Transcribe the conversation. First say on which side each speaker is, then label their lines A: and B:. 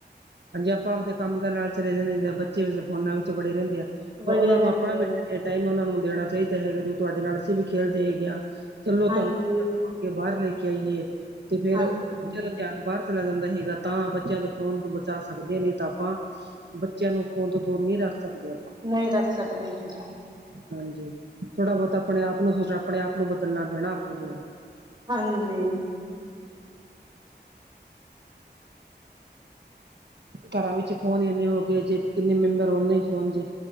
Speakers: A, on the right; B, on the right.
A: ਹਾਂਜੀ, ਆਪਾਂ ਆਪਦੇ ਕੰਮ ਦਾ ਲਾਲਚ ਲੇ ਰਹਦੇ, ਬੱਚੇ ਵੈਸੇ ਫੋਨਾ ਵਿੱਚ ਵੜੇ ਰਹਿੰਦੇ ਆ
B: ਬੜੇ
A: ਤੋ ਉਹਨਾਂ
B: ਰਹਿੰਦੇ
A: ਨੂੰ, ਆਪਾਂ ਵੀ
B: ਆ
A: ਟਾਈਮ ਉਹਨਾਂ ਨੂੰ ਦੇਣਾ ਚਾਹੀਦਾ ਹੈਗਾ, ਤੇ ਤੁਹਾਡੇ ਨਾਲ ਅਸੀਂ ਵੀ ਖੇਡਦੇ ਹੈਗੇ ਹਾਂ ਚਲੋ
B: ਹਾਂਜੀ
A: ਤੁਹਾਨੂੰ <unintelligible> ਕੇ ਬਾਹਰ ਲੈ ਕੇ ਆਈਏ ਤੇ ਫੇਰ
B: ਹਾਂਜੀ
A: <inaudible> ਧਿਆਨ, ਬਾਹਰ ਚਲਾ ਜਾਂਦਾ ਹੈਗਾ, ਤਾਂ ਬੱਚਿਆਂ ਤੋਂ ਫੋਨ ਤੋਂ ਬਚਾ ਸਕਦੇ ਨੇ ਤਾਂ ਆਪਾਂ। ਬੱਚਿਆਂ ਨੂੰ ਫੋਨ ਤੋ ਦੂਰ ਨਈ ਰੱਖ ਸਕਦੇ ਆਪਾ।
B: ਨਹੀ ਰੱਖ ਸਕਦੇ ਜੀ।
A: ਹਾਂਜੀ, ਥੋੜ੍ਹਾ-ਬੋਤ ਅਪਣੇ ਆਪ ਨੂੰ ਅਪਣੇ ਆਪ ਨੂੰ ਬਦਲਣਾ ਪੈਣਾ ਆਪੋ ਜੇ
B: ਹਾਂਜੀ।
A: ਘਰਾ ਵਿੱਚ ਫੋਨ ਇੰਨੇ ਹੋ ਗਏ ਜੇ, ਕਿੰਨੇ ਮੈਂਬਰ ਓਨੇ ਈ ਫੋਨ ਜੇ‌।